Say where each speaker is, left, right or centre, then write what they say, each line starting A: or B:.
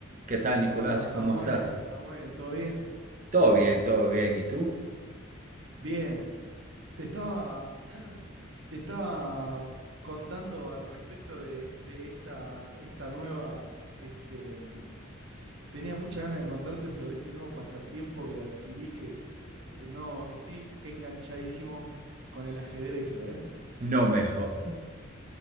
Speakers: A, on the right; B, on the right.
A: ¿Qué tal, Nicolás?
B: ¿Cómo andás,
A: ¿Cómo
B: Samuel?
A: estás?
B: Samuel, ¿todo bien?
A: Todo bien, todo bien. ¿Y tú?
B: Bien. S- Te estaba, te estaba contando al respecto de, de esta, esta nueva, este, mm, tenía mucha ganas de contarte sobre este nuevo pasatiempo que adquirí que eh, no, estoy enganchadísimo con el ajedrez, ¿sabes?
A: No mejor. <laughs>